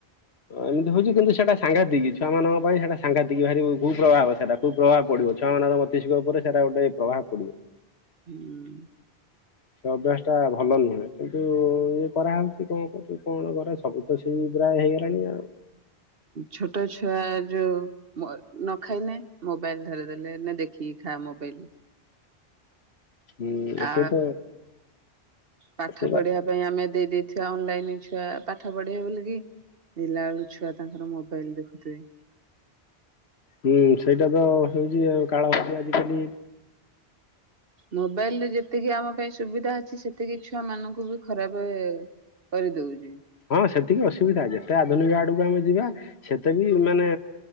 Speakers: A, on the left; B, on the right.
A: ଏମିତି ହଉଛି କିନ୍ତୁ ସେଇଟା ସାଘାତିକ ଛୁଆମାନାନଙ୍କ ପାଇଁ ସେଇଟା ସାଘାତିକ ଭାରି କୁପ୍ରଭାବ ସେଟା କୁପ୍ରଭାବ ପଡିବ ଛୁଆମାନଙ୍କ ମସ୍ତିଷ୍କ ଉପରେ ସେଟା ଗୋଟେ ପ୍ରଭାବ ପଡିବ।
B: ହୁଁ
A: ଅଭ୍ୟାସ ଟା ଭଲ ନୁହେଁ କିନ୍ତୁ ଇ କରାହଉଛି କଣ କରୁଛୁ କଣ କରରେ ସବୁ ତ ସେଇ ପା ହେଇଗଲାଣି ଆଉ।
B: ଛୋଟ ଛୁଆ ଯୋଉ ନ ଖାଇନେ ମୋବାଇଲ ଧରିଦେଲେ ନ ଦେଖିକି ଖା ମୋବାଇଲ
A: ହୁଁ
B: ଆ
A: ସେ ତ
B: ପାଠ
A: ସେ ତ
B: ପଢିବା ପାଇଁ ଆମେ ଦେଇଦ ଅନଲାଇନ ଛୁଆ ପାଠ ପଢ ପଢ଼ିବେ ବୋଲିକି ଦେଖିଲା ବେଳକୁ ଛୁଆ ତାଙ୍କର ମୋବାଇଲ ଦେଖୁେଥିବେ।
A: ହୁଁ ସେଇଟା ତ ହଉଛି କାଳ ହଉଛି ଆଜିକାଲି
B: ମୋବାଇଲ ରେ ଯେତିକି ଆମ ପାଇଁ ସୁବିଧା ଅଛି ସେତିକି ଛୁଆ ମାନଙ୍କୁ ବି ଖରାପ କରିଦଉଛି।
A: ହଁ ସେତିକି ଅସୁବିଧା ଯେତେ ଆଧୁନିକ ଆଡକୁ ଆମେ ଯିବା ସେତେ ବି ମାନେ